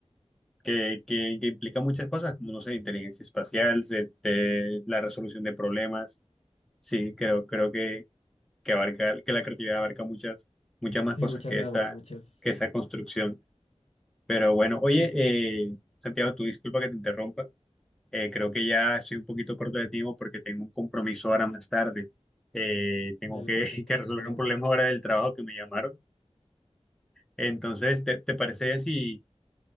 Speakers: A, in the centre; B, on the left.
A: que, que- que implica muchas cosas, como, no sé, inteligencia espacial, se- te- la resolución de problemas. Sí, creo, creo que, que abarca, que la creatividad abarca muchas, muchas más
B: sí,
A: cosas
B: muchas
A: que
B: ramas,
A: esta,
B: muchas.
A: que esa construcción. Pero bueno, oye,
B: Sí,
A: eh, Santiago, tu disculpa que te interrumpa. Eh, creo que ya estoy un poquito corto de tiempo porque tengo un compromiso ahora más tarde. Eh, tengo
B: dale,
A: que,
B: perfecto,
A: <laughs> que
B: no
A: resolver
B: hay problema.
A: un problema ahora del trabajo que me llamaron. Entonces, ¿te, te parece si,